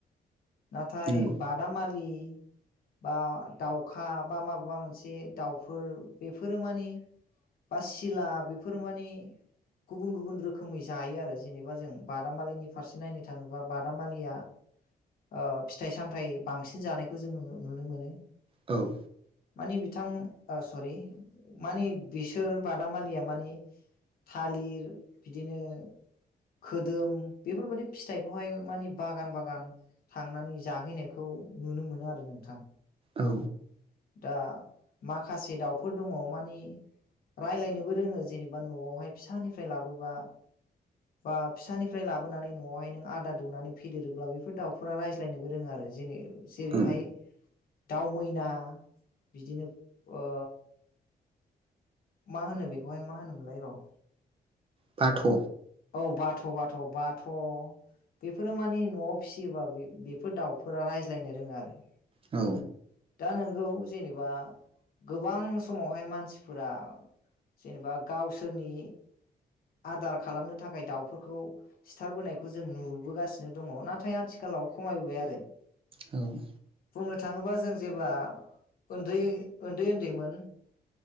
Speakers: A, on the left; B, on the right.
A: नाथाय
B: नंगौ
A: बादामालि बा दाउखा बा माबाबा मोनसे दाउफोर बेफोरो मानि बा सिला बेफोर माने गुबुन गुबुन रोखोमै जायो आरो जेनेबा जों बादामालिनि फारसे नायनो थाङोबा बादामालिया ओ फिथाइ- सामथाय बांसिन जानायखौ जों नुनो मोनो।
B: औ।
A: मानि बिथां सरि मानि बिसोर बादामालिया मानि थालिर बिदिनो खोदोम बेफोरबायदि फिथाइखौहाय मानि बागान बागान थांनानै जाहैनायखौ नुनो मोनो आरो नोंथां।
B: औ।
A: दा माखासे दाउफोर दङ मानि रायज्लायनोबो रोङो जेनेबा न'आवहाय फिसानिफ्राय लाबोबा। बा फिसानिफ्राय लाबोनानै न'आवहाय नों आदार दौनानै फेदेरोब्ला बेफोर दाउफोरा रायज्लायनोबो रोङो आरो जेनै जेरैहाय
B: औ
A: दाउ मैना बिदिनो ओ मा होनो बेखौहाय मा होनोमोनलाय र'
B: बाथ'
A: औ बाथ'- बाथ'- बाथ' बेफोरो मानि न'आव फिसियोबा बे- बेफोर दाउफोरा रायज्लायनो रोङो आरो
B: औ।
A: दा नोंगौ जेनेबा गोबां समावहाय मानसिफोरा जेनेबा गावसोरनि आदार खालामनो थाखाय दाउफोरखौ सिथारबोनायखौ जों नुबोगासिनो दङ नाथाय आथिखालाव खमायबोबाय आरो।
B: औ।
A: बुंनो थाङोबा जों जेब्ला उन्दै- उन्दै -उन्दैमोन